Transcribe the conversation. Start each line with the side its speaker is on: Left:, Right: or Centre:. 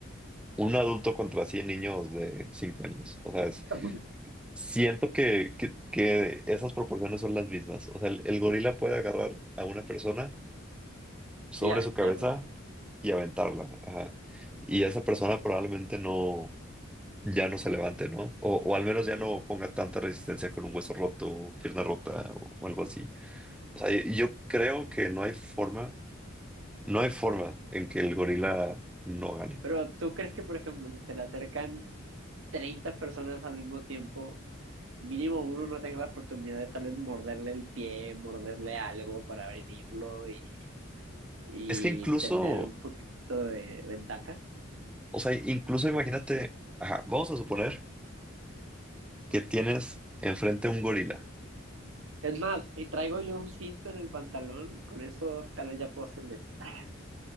Centre: un adulto contra 100 niños de 5 años. O sea, es-
Right: <laughs>
Centre: siento que, que, que esas proporciones son las mismas. O sea, el, el gorila puede agarrar a una persona sobre
Right: Sí, aventarla.
Centre: su cabeza y aventarla. Ajá. Y esa persona probablemente no ya no se levante, ¿no? O, o al menos ya no ponga tanta resistencia con un hueso roto, pierna rota o, o algo así. O sea, yo, yo creo que no hay forma, no hay forma en que el gorila no gane.
Right: Pero ¿tú crees que, por ejemplo, si se le acercan 30 personas al mismo tiempo, mínimo uno no tenga la oportunidad de tal vez morderle el pie, morderle algo para abrirlo y, y
Centre: Es que incluso,
Right: tener un poquito de ventaja?
Centre: o sea, incluso imagínate, ajá, vamos a suponer que tienes enfrente un gorila.
Right: Es más, si traigo yo un cinto en el pantalón, con eso tal vez ya puedo hacerle tras